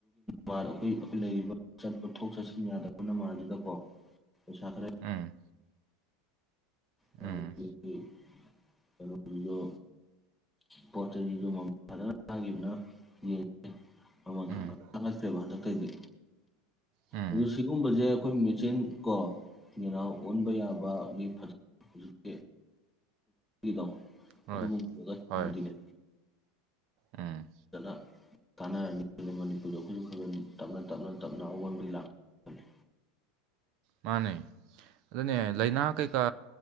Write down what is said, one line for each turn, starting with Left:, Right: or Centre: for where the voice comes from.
Centre: ꯃꯥꯗꯣ ꯑꯩꯈꯣꯏ ꯂꯩꯔꯤꯕ ꯆꯠ ꯄꯣꯠꯊꯣꯛ ꯆꯠꯁꯤꯟ ꯌꯥꯗꯕꯅ ꯅꯃꯥꯗꯨꯗꯀꯣ ꯄꯩꯁꯥ ꯈꯔ
Right: ꯎꯝ
Centre: <unintelligible>
Right: ꯎꯝ
Centre: ꯀꯩꯅꯣꯗꯨꯖꯨ ꯄꯣꯠ ꯆꯩꯗꯨꯖꯨ ꯃꯃꯜ ꯐꯖꯅ ꯇꯥꯡꯒꯤꯕꯅ ꯌꯦꯟꯖꯦ ꯃꯃꯟ
Right: ꯎꯝ
Centre: ꯈꯪꯇꯥ ꯇꯥꯡꯈꯠꯈ꯭ꯔꯦꯕ ꯍꯟꯗꯛ ꯇꯩꯗꯤ
Right: ꯎꯝ
Centre: ꯑꯗꯨ ꯁꯤꯒꯨꯝꯕꯖꯧ ꯑꯩꯈꯣꯏ ꯃꯦꯆꯤꯟ ꯀꯣ ꯌꯦꯅꯥꯎ ꯑꯣꯟꯕ ꯌꯥꯕ ꯃꯤ ꯐꯖ ꯗꯣ
Right: ꯍꯣꯏ
Centre: ꯑꯗꯨꯒ ꯄꯨꯔꯒ ꯆꯪꯉꯗꯤꯅꯦ
Right: ꯍꯣꯏ ꯎꯝ
Centre: ꯐꯖꯅ ꯀꯥꯟꯅꯔꯅꯤ ꯈꯜꯂꯤ ꯃꯅꯤꯄꯨꯔꯗ ꯑꯩꯈꯣꯏꯁꯨ ꯈꯒ ꯇꯞꯅ ꯇꯞꯅ ꯇꯞꯅ ꯑꯑꯣꯟꯕ ꯂꯥꯛꯅꯤ ꯈꯜꯂꯤ
Right: ꯃꯥꯅꯦ ꯑꯗꯨꯅꯦ ꯂꯥꯏꯅꯥ ꯀꯩꯀꯥ